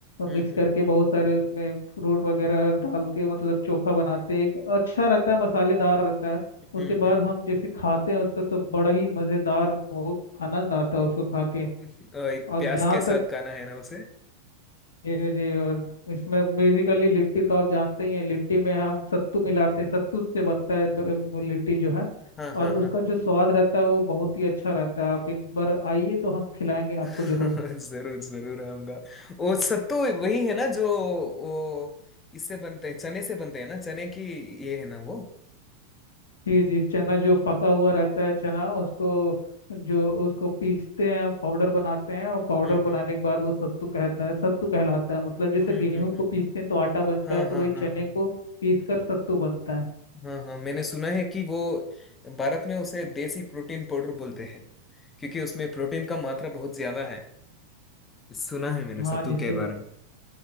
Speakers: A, on the left; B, on the left.
A: हम्म
B: मिक्स करके
A: हम्म
B: बहुत सारे उसमें फ्रूट वगैरह डाल के मतलब चोखा बनाते हैं एक अच्छा रहता है मसालेदार रहता है
A: हम्म
B: उसके बाद
A: हम्म।
B: हम जैसे खाते हैं उसको तो बड़ा ही मज़ेदार बहुत आनंद आता है उसको खा के
A: अ, एक
B: और
A: प्याज
B: जहाँ
A: के साथ
B: तक
A: खाना है ना उसे
B: जी जी और इसमें बेसिकली लिट्टी तो आप जानते ही हैं लिट्टी में हम सत्तू मिलाते हैं सत्तू से बनता है ब- ब- लिट्टी जो है
A: हाँ हाँ
B: और
A: हाँ
B: उसका जो स्वाद रहता है वो बहुत ही अच्छा रहता है आप एक बार आइए तो हम खिलाएंगे
A: <laughs>
B: आपको जरूर
A: जरूर जरूर आऊंगा वो सत्तू वही है ना जो वो इससे बनते हैं चने से बनते हैं ना चने की ये है ना वो
B: जी जी चना जो पका हुआ रहता है चना उसको जो उसको पीसते हैं पाउडर बनाते हैं और पाउडर
A: हम्म
B: बनाने
A: हम्म
B: के बाद वो सत्तू कहता है सत्तू कहलाता है मतलब जैसे
A: हम्म
B: गेहूं
A: हम्म
B: को
A: हम्म।
B: पीसते हैं तो आटा बनता
A: हाँ
B: है तो
A: हाँ
B: वही
A: हाँ
B: चने
A: हाँ
B: को पीस कर सत्तू बनता है
A: हाँ हाँ मैंने सुना है कि वो भारत में उसे देसी प्रोटीन पाउडर बोलते हैं क्योंकि उसमें प्रोटीन का मात्रा बहुत ज्यादा है सुना है मैंने
B: हाँ
A: सत्तू
B: जी सही
A: के बारे
B: बात
A: में